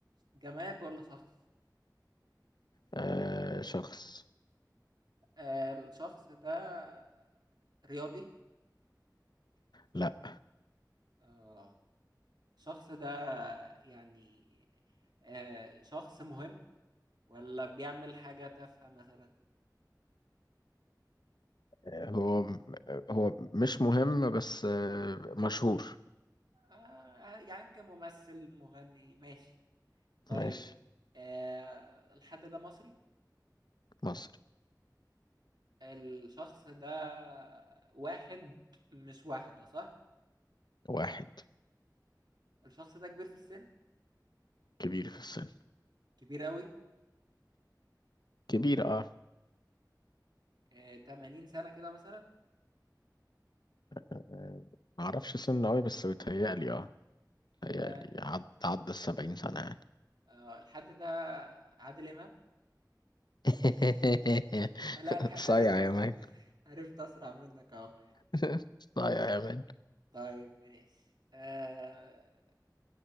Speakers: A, on the right; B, on the left.
A: جماد ولا شخص
B: آه، شخص
A: آه الشخص ده رياضي
B: لا
A: آه الشخص ده يعني آه شخص مهم ولا بيعمل حاجة تافهة مثلا
B: هو هو مش مهم بس آه، مشهور
A: آه يعني يمكن ممثل مغني ماشي طيب
B: ماشي
A: آه الحد ده مصري
B: مصري
A: الشخص ده واحد مش واحدة صح
B: واحد
A: الشخص ده كبير في السن
B: كبير في السن
A: كبير قوي
B: كبير اه
A: آه 80 سنة كده مثلا
B: آه، معرفش سنه قوي بس بيتهيألي اه بيتهيألي
A: آه
B: عد عدى السبعين سنة يعني
A: آه الحد ده عادل إمام
B: <laughs>
A: آه، لا الح-
B: صايع
A: عرفت أسرع
B: يا مان
A: منك <laughs> عرفت أسرع منك أهو
B: <laughs> صايع يا مان
A: طيب ماشي آه